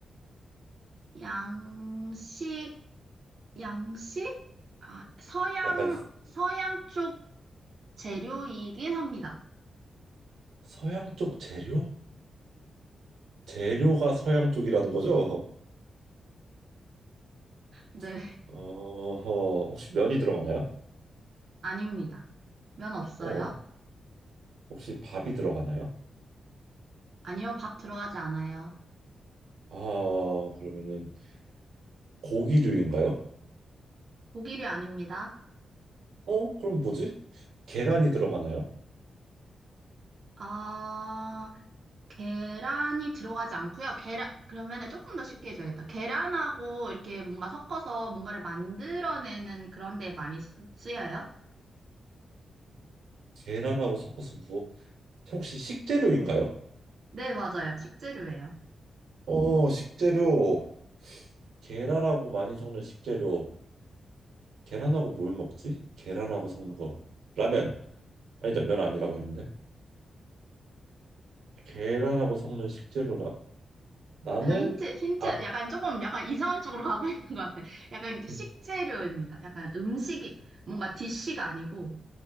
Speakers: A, on the right; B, on the right.
A: 양식, 양식? 아, 서양,
B: 약간
A: 서양 쪽 재료이긴 합니다.
B: 서양 쪽 재료? 재료가 서양 쪽이라는 거죠?
A: 네, <laughs>
B: <laughs> 어, 혹시 면이 들어가나요?
A: 아닙니다. 면 없어요?
B: 어, 혹시 밥이 들어가나요?
A: 아니요, 밥 들어가지 않아요.
B: 아, 그러면은 고기류인가요?
A: 고기류 아닙니다.
B: 어, 그럼 뭐지? 계란이 들어가나요?
A: 아, 계란이 들어가지 않고요. 계란, 그러면 조금 더 쉽게 해줘야겠다. 계란하고 이렇게 뭔가 섞어서 뭔가를 만들어내는 그런 데 많이 쓰, 여요
B: 계란하고 섞어서 무엇? 혹시 식재료인가요?
A: 네, 맞아요. 식재료예요.
B: 어, 식재료. 계란하고 많이 섞는 식재료. 계란하고 뭘 먹지? 계란하고 섞는 거. 라면. 아니다, 면 아니라고 했는데. 계란하고 섞는 식재료라. 나는,
A: 약간 힌트, 힌트,
B: 아,
A: 약간 조금 약간 이상한 쪽으로 가고 <laughs> 있는 것 같아. 약간 이제 식재료입니다.
B: 응.
A: 약간 음식이, 뭔가 디쉬가 아니고,